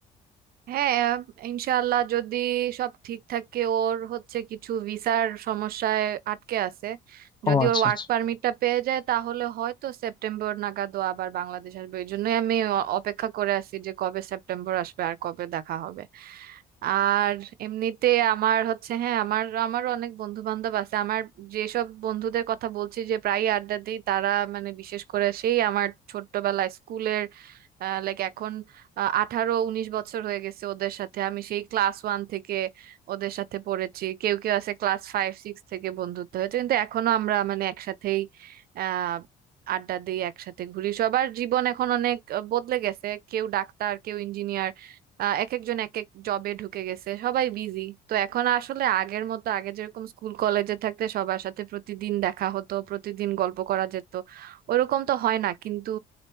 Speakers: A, on the right; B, on the left.
A: হ্যাঁ ইনশাআল্লাহ যদি সব ঠিক থাকে ওর হচ্ছে কিছু ভিসার সমস্যায় আটকে আছে যদি
B: ও আচ্ছা
A: ওর ওয়ার্ক
B: আচ্ছা
A: পারমিটটা পেয়ে যায় তাহলে হয়তো সেপ্টেম্বর নাগাদ ও আবার বাংলাদেশ আসবে এই জন্যই আমি অ- অপেক্ষা করে আছি যে কবে সেপ্টেম্বর আসবে আর কবে দেখা হবে আর এমনিতে আমার হচ্ছে হ্যাঁ আমার আমারও অনেক বন্ধু বান্ধব আছে আমার যেসব বন্ধুদের কথা বলছি যে প্রায় আড্ডা দিই তারা মানে বিশেষ করে সেই আমার ছোট্টবেলায় স্কুলের লাইক এখন আহ, আঠারো উনিশ বছর হয়ে গেছে ওদের সাথে আমি সেই ক্লাস ওয়ান থেকে ওদের সাথে পড়েছি কেউ কেউ আছে ক্লাস ফাইভ সিক্স থেকে বন্ধুত্ব হয়েছে কিন্তু এখনো আমরা মানে একসাথেই আহ আড্ডা দিই একসাথে ঘুরি সবার জীবন এখন অনেক আহ, বদলে গেছে কেউ ডাক্তার কেউ ইঞ্জিনিয়ার আহ এক একজন এক এক জবে ঢুকে গেছে সবাই বিজি তো এখন আসলে আগের মতো আগে যেরকম স্কুল কলেজে থাকতে সবার সাথে প্রতিদিন দেখা হতো প্রতিদিন গল্প করা যেত ওরকম তো হয় না কিন্তু